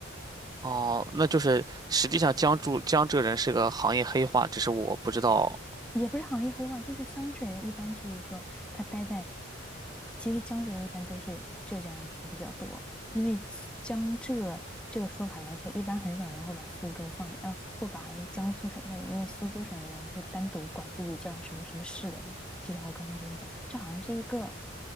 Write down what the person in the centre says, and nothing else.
也不是行业黑话，就是江浙人一般就是说他待在，其实江浙人一般都是浙江人会比较多，因为苏江浙这个说法来说，一般很少人会把苏州放，呃，会把江苏省放进，因为苏州省的人会单独管自己叫什么什么市的人，就像我刚刚跟你讲，这好像是一个